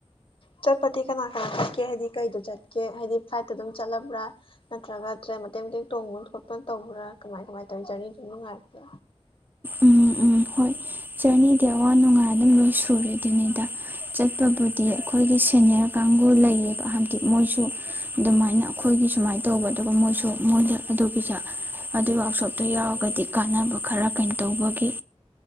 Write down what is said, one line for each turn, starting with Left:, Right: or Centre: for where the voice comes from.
Left: ꯆꯠꯄꯗꯤ ꯀꯅꯥ ꯀꯅꯥ ꯆꯠꯀꯦ ꯍꯥꯏꯗꯤ ꯀꯩꯗ ꯆꯠꯀꯦ ꯍꯥꯏꯗꯤ ꯐ꯭ꯂꯥꯏꯠꯇ ꯑꯗꯨꯝ ꯆꯠꯂꯕ꯭ꯔꯥ ꯅꯠꯇ꯭ꯔꯒ ꯇ꯭ꯔꯦꯟ ꯃꯇꯦꯛ ꯃꯇꯦꯛ ꯇꯣꯡꯕꯅ ꯈꯣꯠꯄꯅ ꯇꯧꯕ꯭ꯔꯥ ꯀꯃꯥꯏ ꯀꯃꯥꯏ ꯇꯧꯋ ꯖꯔꯅꯤ ꯑꯗꯨ ꯅꯨꯡꯉꯥꯏꯔꯛꯄ
Right: ꯎꯝ ꯎꯝ ꯍꯣꯏ ꯖꯔꯅꯤꯗꯤ ꯑꯋꯥ ꯅꯨꯡꯉꯥꯏ ꯑꯗꯨꯝ ꯂꯣꯏ ꯁꯨꯔꯦ ꯑꯗꯨꯅꯤꯗ ꯆꯠꯄꯕꯨꯗꯤ ꯑꯩꯈꯣꯏꯒꯤ ꯁꯦꯅꯤꯌꯔ ꯀꯥꯡꯕꯨ ꯂꯩꯌꯦꯕ ꯍꯥꯏꯗꯤ ꯃꯣꯏꯁꯨ ꯑꯗꯨꯃꯥꯏꯅ ꯑꯩꯈꯣꯏꯒꯤ ꯁꯨꯃꯥꯏꯅ ꯇꯧꯕ ꯑꯗꯨꯒ ꯃꯣꯏꯁꯨ ꯃꯣꯏꯗ ꯑꯗꯨꯒꯤꯁꯨ ꯑꯗꯨ ꯋꯥꯛꯁꯣꯞꯇꯣ ꯌꯥꯎꯔꯒꯗꯤ ꯀꯥꯟꯅꯕ ꯈꯔ ꯇꯧꯕꯒꯤ